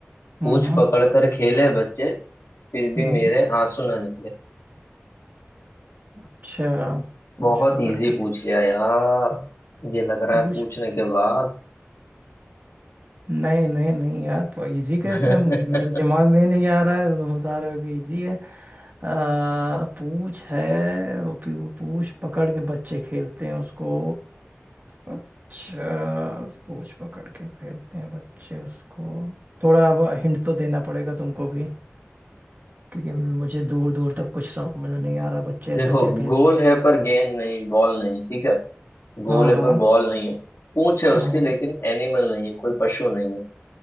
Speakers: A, on the right (about 40°); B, on the left (about 75°).
A: हम्म
B: पूंछ
A: हम्म
B: पकड़ कर खेले बच्चे फिर भी
A: हम्म।
B: मेरे आंसू ना निकले
A: अच्छा पूछ
B: बहुत
A: पकड़
B: इजी
A: कर
B: पूछ लिया यार ये लग रहा
A: पूछ
B: है पूछने के बाद
A: नहीं नहीं नहीं यार तो इजी
B: <laughs>
A: कैसे है? मुझे मेरे दिमाग में ही नहीं आ रहा है तुम बता रहे हो कि इजी है आ, पूछ है वो पी- वो पूछ पकड़ के बच्चे खेलते हैं उसको अच्छा पूछ पकड़ के खेलते हैं बच्चे उसको थोड़ा अब हिंट तो देना पड़ेगा तुमको भी क्योंकि मुझे दूर दूर तक कुछ समझ में नहीं आ रहा बच्चे
B: देखो
A: ऐसा क्या खेलते
B: गोल
A: हैं
B: है पर गेंद नहीं बॉल नहीं ठीक है
A: हाँ
B: गोल है
A: हाँ
B: पर बॉल नहीं है पूंछ है उसकी
A: हाँ
B: लेकिन एनिमल नहीं है कोई पशु नहीं है